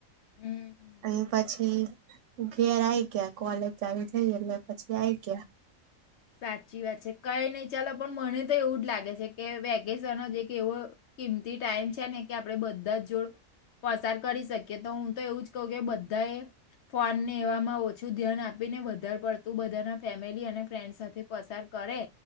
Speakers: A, on the left; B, on the right.
A: હમ્મ.
B: અને પછી ઘેર આઈ ગયા, કોલેજ ચાલુ થઈ એટલે પછી આઈ ગયા.
A: સાચી વાત છે કઈ નહી ચલ પણ મને તો એવું જ લાગે છે કે વેકેશન એક એવો કિંમતી ટાઈમ છે ને કે આપડે બધા જોડ પસાર કરી શકીએ તો હું તો એવું જ કહ કે બધા એ ફોન ને એવામાં ઓછું ધ્યાન આપીને વધારે પડતું બધાના ફેમિલી અને ફ્રેન્ડ સાથે પસાર કરે